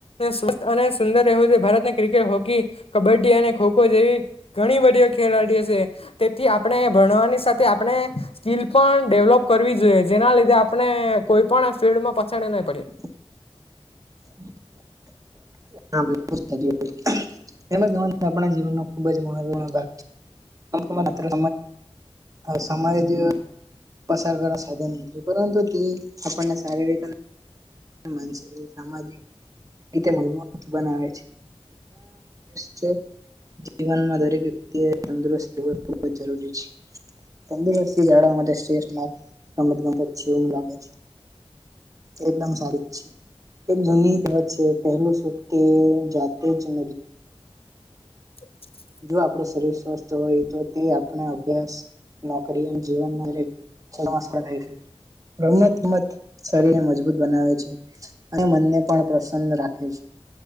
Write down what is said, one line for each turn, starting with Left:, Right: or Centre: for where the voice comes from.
Left: સ્વસ્થ અને સુંદર રહેવું જોઈ ભારતને ક્રિકેટ, હોકી, કબડ્ડી અને ખોખો જેવી ઘણી બધી ખેલાડી ઓ છે. તેથી આપણે ભણવાની સાથે આપણે સ્કીિલ પણ ડેવલોપ કરવી જોઈએ જેના લીધે આપણે કોઈ પણ ફિલ્ડમાં પછાડે નઈ પડે.
Right: <unintelligible> <unintelligible> જીવનનો ખુબ જ મહત્વનો ભાગ છે. <unintelligible> સમય જ પસાર કરવાનુ સાધન નથી પરંતુ તે આપણને શારીરિક અને માનસિક અને સામાજિક રીતે મ બનાવે છે <unintelligible> જીવનમાં દરેક વ્યક્તિ તંદુરસ્ત રહેવું ખૂબ જ જરૂરી છે. તંદુરસ્થી જાળવવા માટે શ્રેષ્ઠ માં રમતગમત છે એવું લાગે છે. એકદમ સારી છે એક જૂની કહેવત છે પહેલું શું તે જાતે જ ન
Left: <inaudible>
Right: જો આપડુ શરીર સ્વસ્થ હોય તો તે આપણે અભ્યાસ નોકરી અને જીવનમાં છલાસ <unintelligible> છે રમતગમત શરીરને મજબૂત બનાવે છે અને મનને પણ પ્રસન્ન રાખે છે